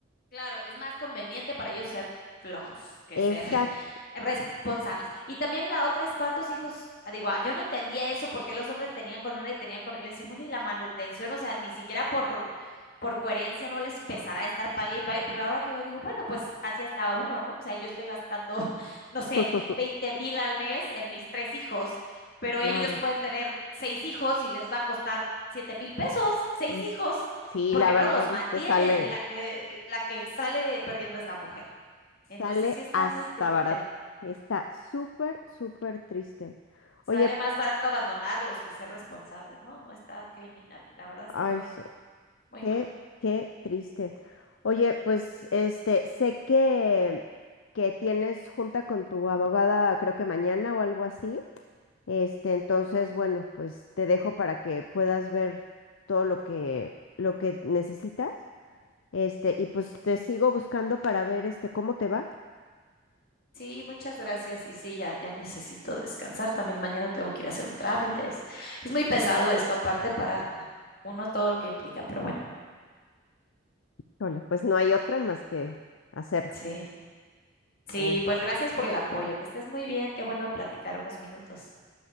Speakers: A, on the left; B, on the left.
A: Claro, es más conveniente para ellos ser flojos que
B: Exacto.
A: ser <laughs> responsables. Y también la otra es cuántos hijos, ah, digo, ah, yo no entendía eso porque los hombres tenían con una y tenían con otra. Yo decía, bueno, y la manutención, o sea, ni siquiera por, por coherencia no les pesará estar pague y pague, pero ahora que yo digo, bueno, pues así estaba uno, ¿no? O sea, yo estoy gastando, <laughs> no sé,
B: <laughs>
A: veinte mil al mes en mis tres hijos, pero
B: Claro.
A: ellos pueden tener seis hijos y les va a costar siete mil pesos, seis
B: Es,
A: hijos,
B: sí,
A: porque
B: la verdad
A: no los mantienen
B: es que sale,
A: y la que, la que sale perdiendo es la mujer.
B: sale
A: Entonces sí está
B: hasta
A: muy triste.
B: barato. Está súper, súper triste.
A: Sale
B: Oye,
A: más barato abandonarlos que ser responsables. No, no está criminal. La verdad es
B: Ay,
A: que muy,
B: sí.
A: muy
B: Qué,
A: mal.
B: qué triste. Oye, pues este, sé que, que tienes junta con tu abogada, creo que mañana o algo así. Este, entonces, bueno, pues te dejo para que puedas ver todo lo que, lo que necesitas. Este, y pues te sigo buscando para ver este cómo te va.
A: Sí, muchas gracias. Y sí, ya, ya necesito descansar. También mañana tengo que ir a hacer un trámite. Es, es muy pesado esto, aparte para uno todo lo que implica, pero bueno,
B: Híjole, pues no hay otra más que hacerlo.
A: sí. Sí,
B: Oh.
A: pues gracias por el apoyo. Que estés muy bien. Qué bueno platicar unos minutos.